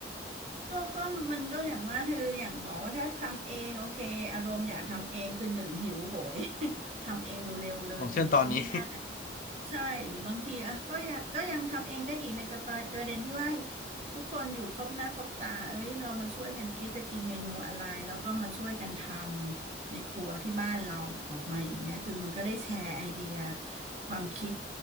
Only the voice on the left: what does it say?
อย่างเช่นตอนนี้